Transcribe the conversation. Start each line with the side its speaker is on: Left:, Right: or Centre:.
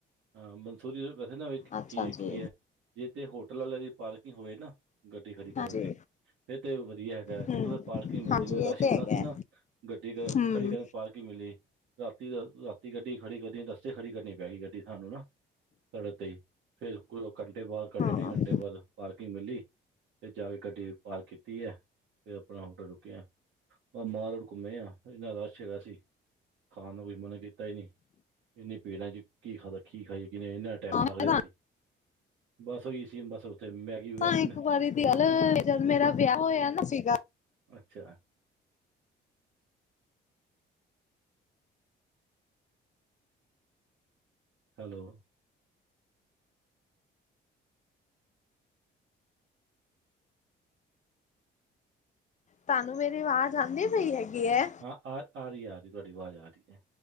Right: ਹਾਂ ਮੰਸੂਰੀ ਵੈਸੇ ਨਾ ਵੀ। ਏਕ
Left: ਅੱਛਾ
Right: ਚੀਜ ਵੇਖੀ
Left: ਜੀ।
Right: ਏ ਜੇ ਤੇ ਹੋਟਲ ਆਲਿਆਂ ਦੀ ਪਾਰਕਿੰਗ ਹੋਏ ਨਾ ਗੱਡੀ ਖੜੀ ਕਰਨ
Left: ਹਾਂਜੀ,
Right: ਦੀ। ਫੇਰ ਤੇ ਵਧੀਆ ਹੈਗਾ ਨਹੀਂ
Left: ਹੂੰ,
Right: ਤੁ ਪਾਰਕਿੰਗ ਮਿਲਦੀ
Left: ਹਾਂਜੀ
Right: ਕੋਈ ਰਸ਼
Left: ਇਹ ਤੇ
Right: ਇੰਨਾ
Left: ਹੈਗਾ।
Right: ਸੀ ਨਾ। ਗੱਡੀ ਕ
Left: ਹੂੰ,
Right: ਖੜੀ ਕਰ ਪਾਰਕਿੰਗ ਨੀ ਮਿਲੀ। ਰਾਤੀ, ਰਾਤੀ ਗੱਡੀ ਖੜੀ ਕਰਨੀ ਰਸਤੇ ਖੜੀ ਕਰਨੀ ਪੈ ਗਈ ਗੱਡੀ ਸਾਨੂੰ ਨਾ, ਸੜਕ ਤੇਈ। ਫੇਰ ਕੁ ਘੰਟੇ ਬਾਦ ਘੰਟੇ
Left: ਹਾਂ
Right: ਡੇਢ
Left: ਹਾਂ
Right: ਘੰਟੇ
Left: ਮੈਂ
Right: ਬਾਦ ਪਾਰ। ਕਿੰਗ ਮਿਲੀ, ਫੇਰ ਜਾ ਕੇ ਗੱਡੀ ਪਾਰਕ ਕੀਤੀ ਏ, ਫੇਰ ਆਪਣਾ ਹੋਟਲ ਰੁੱਕਿਆ। ਮਾਲ ਰੋਡ ਘੁੰਮੇ ਆ ਇੰਨਾ ਰਸ਼ ਹੈਗਾ ਸੀ, ਖਾਣ ਦਾ ਕੋਈ ਮਨ ਕੀਤਾ ਈ ਨੀ। ਇਨੇ ਭੀੜਾਂ ਚ ਕੀ ਖਾਦਾ ਕੀ ਖਾਈਏ ਕਿਵੇ ਇੰਨਾ।
Left: ਤੁਹਾਨੂੰ
Right: ਟਾਈਮ ਲੱਗ ਰਿਹਾ ਸੀ, ਬਸ ਉਈ ਸੀ ਬਸ ਉੱਥੇ ਮੈਗੀ
Left: ਦੱਸਾਂ
Right: ਵਗੈਰਾ
Left: ਇੱਕ
Right: ਮ।
Left: ਵਾਰੀ ਦੀ ਗੱਲ ਜਦ ਮੇਰਾ ਵਿਆਹ ਹੋਏਆ ਨਾ ਸੀਗਾ।
Right: ਅੱਛਾ। ਹੈਲੋ
Left: ਤਾਨੂੰ ਮੇਰੀ ਅਵਾਜ਼ ਆਂਦੀ ਪਈ ਹੈਗੀ ਏ?
Right: ਹਾਂ ਆ ਆ ਰੀ ਹੈ ਆ ਰੀ ਤੁਆਡੀ ਆਵਾਜ਼ ਆ ਰੀ ਏ।